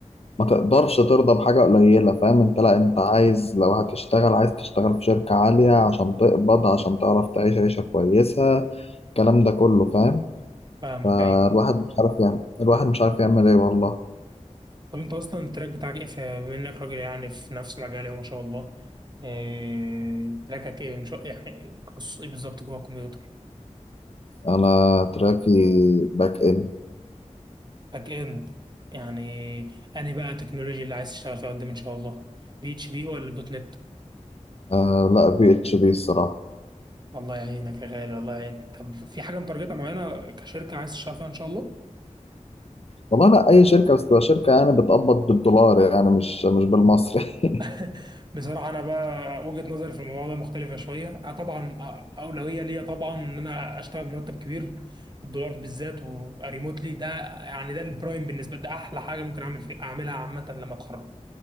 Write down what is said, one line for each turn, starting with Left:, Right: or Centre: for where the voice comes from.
Left: ما تقدرش ترضى بحاجة قليلة فاهم انت لا انت عايز لو هتشتغل عايز تشتغل في شركة عالية عشان تقبض عشان تعرف تعيش عيشة كويسة الكلام ده كله فاهم
Right: فاهمك
Left: فالواحد
Right: ايوه
Left: مش عارف يعني الواحد مش عارف يعمل ايه والله
Right: طب انت اصلا التراك بتاعك ايه في- بما انك راجل يعني في نفس مجالي وما شاء الله آه، تراكك ايه ان شاء يعني تخصص ايه بالظبط جوه الكمبيوتر
Left: انا تراكي باك اند
Right: باك اند يعني انهي بقى التكنولوجيا اللي عايز تشتغل فيها قدام ان شاء الله بي اتش بي ولا دوت نت
Left: آه لا بي اتش بي الصراحه
Right: الله يعينك يا غالي الله يعينك طب في حاجه متارجتها معينه كشركه عايز تشتغل فيها ان شاء الله
Left: والله لا اي شركه بس تبقى شركه يعني بتقبض بالدولار يعني مش مش بالمصري <laughs>
Right: <laughs> بصراحه انا بقى وجهه نظري في الموضوع ده مختلفه شويه آه، طبعا آه، اولويه ليا طبعا ان انا اشتغل بمرتب كبير بالدولار بالذات وريموتلي ده يعني ده البرايم بالنسبه لي ده احلى حاجه ممكن اعمل في اعملها عامه لما اتخرج